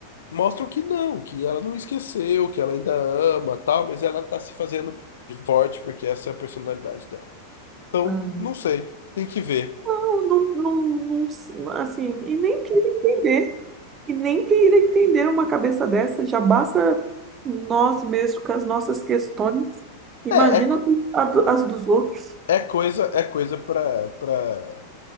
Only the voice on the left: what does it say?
mostram que não, que ela não esqueceu, que ela ainda ama, tal, mas ela tá se fazendo de forte porque essa é a personalidade dela. Então,
não sei, tem que ver.
É, é, co-
é coisa, é coisa para para